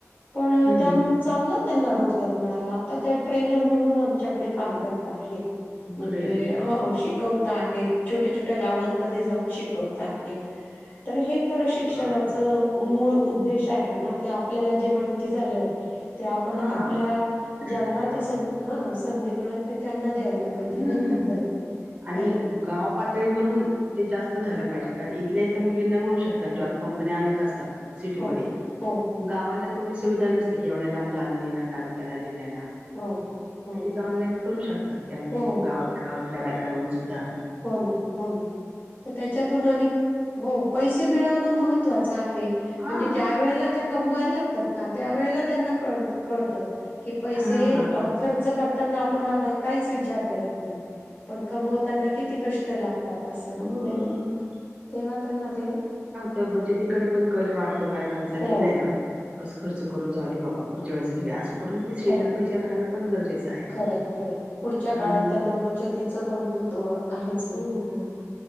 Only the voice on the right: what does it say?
हम्म
ग्रेट ग्रेट
हा
हा.
त्यांना द्यावं
हुं
आणि
गाव पातळीवररून तें जास्त झालं पाहिजे कारण इथल्या इथं मुलींना मिळू शकतात जॉब कंपन्या अनेक असतात. सिटीमध्ये
गावाला तेवढी सुविधा नसते की एवढ्या लांब जाणं येणं तालुक्याला जिल्ह्याला. तिथे
ते ऑनलाईन करू शकतात. त्या म्हणजे
गावात गावातल्या बायका मिळून सुद्धा.
हा
हा हा
हो
तर बचतीकडे पण कल वाढतो बायकांचा
कि नाय ना कसं खर्च करून जाऊ दे बाबा पुढच्या वेळेस घेऊया असं करून ते शिल्लक
पैसे राहणं पण गरजेचं आहे
कारण
हुं हुं हुं